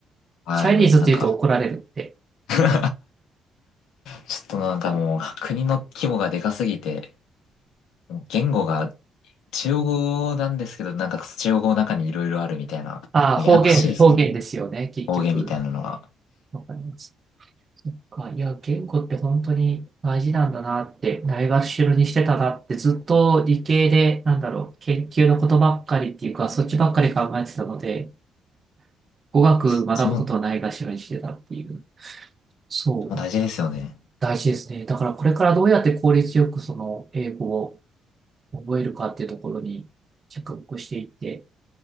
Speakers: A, on the left (about 85°); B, on the right (about 35°).
A: はい、
B: チャイニーズって言うと怒られるって。
A: もうなんか <laughs> ちょっとなんかもう、国の規模がでかすぎて、もう言語が中国語なんですけど、なんか中国語の中にいろいろあるみたいな、
B: ああ、
A: もうややこしいですもんね。
B: 方言、方言ですよね、結局。
A: 方言みたいなのが。
B: わかります。そっか、いや、言語って本当に大事なんだなって、ないがしろにしてたなって、ずっと理系で、なんだろう、研究のことばっかりっていうか、そっちばっかり考えてたので、語学学ぶことをないがしろにしてたっていう。
A: そっちも、も
B: そう。
A: う大事ですよね。やっ
B: 大事ですね。だからこれからどうやって効率よくその英語を覚えるかっていうところに着目していって、